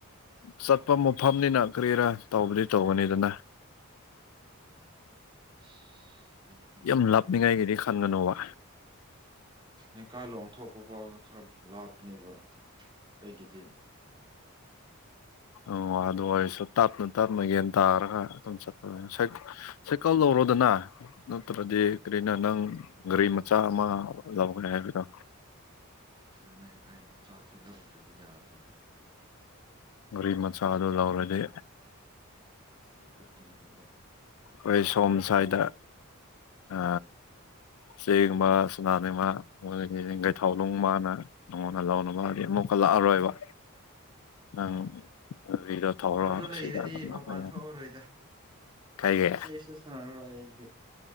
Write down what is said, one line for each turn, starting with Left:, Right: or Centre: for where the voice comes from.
Left: ꯆꯠꯄ ꯃꯐꯝꯅꯤꯅ ꯀꯔꯤꯔꯥ ꯇꯧꯕꯗꯤ ꯇꯧꯒꯅꯤꯗꯅ
Right: <unintelligible>
Left: ꯌꯥꯝ
Right: ꯈꯪꯗ꯭ꯔꯦꯕ
Left: ꯂꯥꯞꯅꯤꯡꯉꯥꯏꯒꯤꯗꯤ ꯈꯟꯒꯅꯣꯕ
Right: ꯅꯤꯀꯥ ꯂꯣꯡ ꯊꯣꯛꯄ ꯐꯥꯎꯗ ꯈꯔ ꯂꯥꯞꯄꯅꯦꯕ ꯑꯩꯒꯤꯗꯤ <unintelligible>
Left: ꯑꯣ ꯑꯗꯨ ꯑꯣꯏꯔꯁꯨ ꯇꯞꯅ ꯇꯞꯅ ꯌꯦꯟ ꯇꯥꯔꯒ ꯑꯗꯨꯝ ꯆꯠꯄ ꯁꯥꯏꯀꯜ ꯂꯧꯔꯣꯗꯅ ꯅꯠꯇ꯭ꯔꯗꯤ ꯀꯔꯤꯅ ꯅꯪ ꯒꯥꯔꯤ ꯃꯆꯥ ꯑꯃ ꯂꯧꯒꯦ ꯍꯥꯏꯕꯗꯣ
Right: ꯑꯗꯨꯅꯦ ꯒꯥꯔꯤ ꯃꯆꯥꯁꯦ ꯂꯧꯗ꯭ꯔꯗꯤ ꯌꯥꯗ꯭ꯔꯦꯕ
Left: ꯒꯥꯔꯤ ꯃꯆꯥꯗꯣ ꯂꯧꯔꯗꯤ
Right: ꯁ꯭ꯀꯨꯇꯤ ꯒꯨꯝꯕ
Left: ꯍꯣꯏ ꯁꯣꯝ ꯁ꯭ꯋꯥꯏꯗ ꯑ ꯁꯤꯒꯨꯝꯕ ꯁꯨꯅꯥꯅꯤꯃ ꯒꯩ ꯊꯥꯎ ꯂꯅꯨꯡꯕꯅ ꯅꯣꯡꯉꯣꯟꯅ ꯂꯥꯎꯅꯕ <unintelligible> ꯂꯥꯛꯑꯔꯣꯏꯕ ꯅꯪ
Right: ꯑꯥ
Left: ꯒꯥꯔꯤꯗꯣ ꯊꯧꯔꯣ
Right: ꯑꯗꯨ ꯂꯩꯔꯗꯤ
Left: ꯁꯤꯗ ꯑꯗꯨꯝ ꯂꯥꯛꯄ
Right: ꯃꯄꯥꯟ
Left: ꯌꯥꯏ
Right: ꯊꯣꯛꯑꯔꯣꯏꯗ
Left: ꯀꯩꯒꯤ
Right: ꯆꯦꯁ ꯁꯨ ꯁꯥꯅꯔꯔꯣꯏ ꯑꯩꯗꯤ